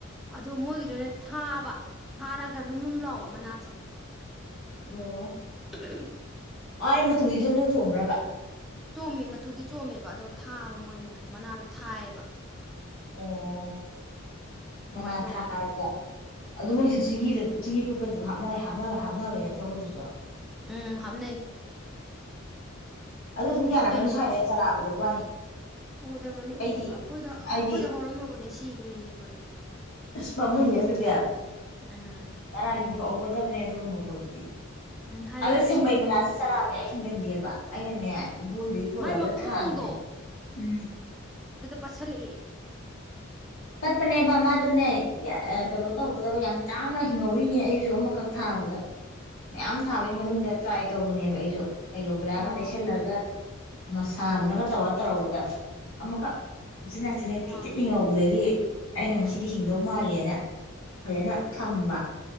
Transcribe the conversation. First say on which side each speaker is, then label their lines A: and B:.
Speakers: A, in the centre; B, on the left.
A: ꯑꯗꯣ ꯃꯣꯏꯒꯤꯗꯨꯅ ꯊꯥꯕ ꯊꯥꯔꯒ ꯂꯨꯝ ꯂꯨꯝ ꯂꯥꯎꯕ ꯃꯅꯥꯁꯦ
B: ꯑꯣ
A: <inaudible>
B: ꯑꯥꯏ ꯃꯇꯨꯖꯦ ꯖꯣꯝ ꯖꯣꯝ ꯆꯣꯡꯕ꯭ꯔꯕ
A: ꯆꯣꯃꯦ ꯃꯇꯨꯗꯤ ꯆꯣꯝꯃꯦꯕ ꯑꯗꯣ ꯊꯥꯕ ꯃꯣꯏꯒꯤꯅ ꯃꯅꯥꯗ ꯊꯥꯏꯌꯦꯕ
B: ꯑꯣ
A: ꯑꯗꯨꯃꯥꯏꯅ
B: ꯃꯅꯥ
A: ꯇꯧꯋꯦꯕ
B: ꯊꯥꯔꯒ ꯑꯗꯣ ꯃꯣꯏꯖꯨ ꯆꯤꯡꯍꯤꯗ ꯆꯤꯡꯍꯤ ꯐꯨꯠꯄꯗ ꯑꯗꯨꯝ ꯍꯥꯞꯅꯩ ꯍꯥꯞꯅ ꯍꯥꯞꯅꯕ ꯅꯠꯇ꯭ꯔꯣ ꯃꯣꯏꯗꯨꯖꯨ
A: ꯎꯝ ꯍꯥꯞꯅꯩ
B: <inaudible> ꯑꯗꯨ
A: ꯑꯗꯨꯝ
B: ꯌꯥꯔꯝꯒꯅꯤ
A: ꯀꯩꯅꯣꯅꯦ
B: ꯁ꯭ꯋꯥꯏꯗ ꯆꯔꯥ ꯎꯗꯕ ꯋꯥꯅꯤ
A: ꯎꯗꯕꯅꯤ
B: ꯑꯩꯗꯤ
A: ꯎꯗꯕ ꯑꯩꯈꯣꯏꯗ
B: ꯑꯩꯗꯤ
A: ꯑꯩꯈꯣꯏꯗ ꯍꯧꯔꯝꯃꯕꯅꯤ ꯁꯤꯒ꯭ꯔꯤꯅꯤꯕꯗꯣ
B: ꯑꯁ ꯄꯥꯝꯃꯨꯏꯍꯦ ꯑꯗꯨꯗꯤ
A: ꯎꯝ
B: ꯇꯔꯥ ꯂꯤꯡꯊꯣꯛꯑꯧꯕ ꯐꯕꯅꯦ ꯑꯗꯨꯒꯨꯝꯕ ꯄꯣꯠꯇꯨꯗꯤ
A: ꯎꯝ ꯍꯥꯏ
B: ꯑꯗꯣ
A: ꯃꯥꯗꯤ
B: ꯁꯦꯡꯕꯩ
A: ꯏꯁꯤꯡ ꯊꯨꯝꯖꯤꯟꯕꯗꯒꯤ
B: ꯃꯅꯥꯁꯦ ꯆꯔꯥ ꯀꯌꯥ ꯍꯤꯡꯒꯟꯗꯦꯕ ꯑꯩꯅꯅꯦ ꯏꯕꯣꯏꯗꯩ ꯄꯨꯔꯛꯑꯒ
A: ꯃꯥꯏ ꯃꯈꯣꯡꯗꯣ
B: ꯊꯥꯕꯅꯦꯕ ꯎꯝ
A: ꯄꯁꯜꯂꯛꯑꯦ
B: ꯄꯠꯄꯅꯦꯕ ꯃꯥꯗꯨꯅꯦ ꯌꯥ
A: ꯎꯝ
B: ꯀꯅꯣ ꯇꯧꯒꯗꯕ ꯌꯥꯝ ꯇꯥꯡꯅ ꯍꯤꯡꯍꯧꯔꯤꯅꯦ ꯑꯩꯁꯨ ꯑꯃꯈꯛ ꯊꯥꯕꯗ ꯃꯌꯥꯝ ꯊꯥꯕꯩ
A: ꯑꯣ
B: ꯃꯅꯨꯡꯗ ꯇ꯭ꯔꯥꯏ ꯇꯧꯕꯅꯦꯕ ꯑꯩꯖꯨ ꯑꯦꯂꯣꯕꯔꯥꯒ
A: ꯑ
B: ꯇꯩꯁꯜꯂꯒ ꯃꯁꯥꯗꯨꯅꯒ ꯇꯧꯔ ꯇꯧꯔꯕꯗ ꯑꯃꯈꯛ ꯎꯆꯤꯟꯅꯥꯆꯤꯟꯅ
A: ꯑ
B: ꯇꯤꯠ ꯇꯤꯠ ꯍꯤꯡꯍꯧꯕꯗꯒꯤ ꯑꯩꯅ ꯃꯁꯤꯗꯤ ꯍꯤꯡꯗꯧ ꯃꯥꯜꯂꯦꯅ ꯐꯖꯅ ꯊꯝꯕ